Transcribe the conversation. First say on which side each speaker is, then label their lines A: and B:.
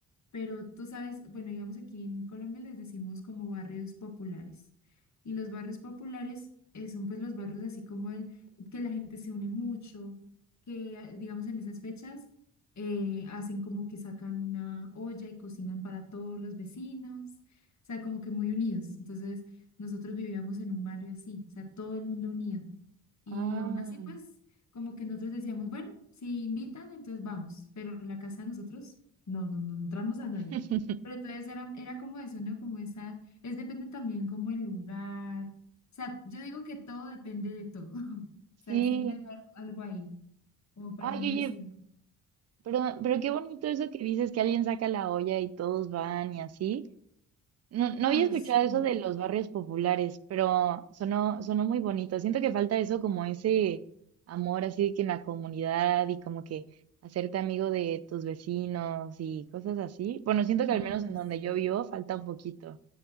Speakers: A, on the left; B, on the right.
A: pero tú sabes, bueno, digamos aquí en Colombia les decimos como barrios populares. Y los barrios populares eh, son pues los barrios así como el que la gente se une mucho, que ah, digamos en esas fechas eh, hacen como que sacan una olla y cocinan para todos los vecinos, o sea, como que muy unidos. Entonces, nosotros vivíamos en un barrio así, o sea, todo el mundo unido y
B: Ah.
A: aún así, pues, como que nosotros decíamos, bueno, si invitan, entonces vamos, pero la casa de nosotros, no, no, no entramos a nadie.
B: <laughs>
A: Pero entonces era, era como eso, ¿no? Como esa, es depende también como el lugar. O sea, yo digo que todo depende de todo. <laughs> O
B: Sí.
A: sea, siempre hay al- algo ahí, como para
B: Ay,
A: uno
B: oye,
A: decir,
B: pero, pero qué bonito eso que dices que alguien saca la olla y todos van y así. No, no
A: ay,
B: había escuchado
A: sí,
B: eso de los barrios populares, pero sonó, sonó muy bonito. Siento que falta eso como ese amor así de que en la comunidad y como que hacerte amigo de tus vecinos y cosas así. Bueno, siento que
A: ay,
B: al menos en donde
A: sí.
B: yo vivo falta un poquito.